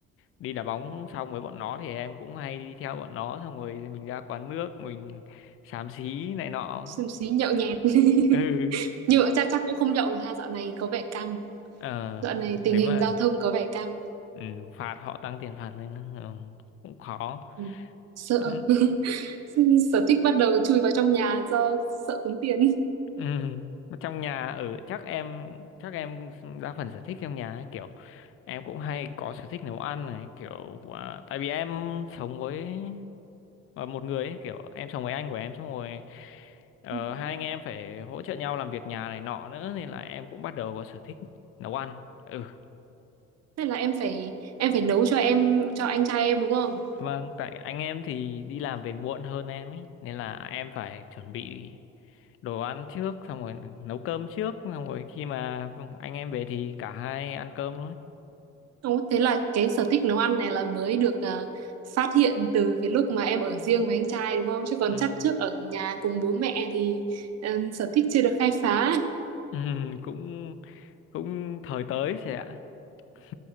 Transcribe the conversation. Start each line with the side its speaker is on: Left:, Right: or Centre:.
Left: đi đá bóng xong với bọn nó thì em cũng hay đi theo bọn nó xong rồi mình ra quán nước mình xám xí này nọ.
Right: xúm xí nhậu nhẹt <laughs>
Left: Ừ.
Right: nhưng mà chắc chắc cũng không nhậu được ha dạo này có vẻ căng
Left: Ờ,
Right: dạo này
Left: nếu
Right: tình hình
Left: mà
Right: giao thông có vẻ căng
Left: ừ, phạt họ tăng tiền phạt lên ừ, cũng khó.
Right: Ừ. sợ
Left: Ừ.
Right: <laughs> sở thích bắt đầu chui vào trong nhà do sợ tốn tiền
Left: Ừ. Mà Trong nhà ở chắc em chắc em đa phần sở thích trong nhà ấy, kiểu em cũng hay có sở thích nấu ăn này kiểu à, tại vì em sống với ờ, một người ấy, kiểu em sống với anh của em xong rồi ờ,
Right: <laughs>
Left: hai anh em phải hỗ trợ nhau làm việc nhà này nọ nữa nên là em cũng bắt đầu có sở thích nấu ăn ừ
Right: thế là em phải em phải nấu cho em cho anh trai em đúng không
Left: vâng tại anh em thì đi làm về muộn hơn em ấy nên là em phải chuẩn bị đồ ăn trước xong rồi nấu cơm trước xong rồi khi mà anh em về thì cả hai ăn cơm luôn ấy.
Right: Ồ, thế là cái sở thích nấu ăn này là mới được à, phát hiện từ cái lúc mà em ở riêng với anh trai đúng không? Chứ còn
Left: ừ.
Right: chắc trước ở nhà cùng bố mẹ thì ừ, sở thích chưa được khai phá.
Left: <laughs> ừ cũng cũng thời tới chị ạ <laughs>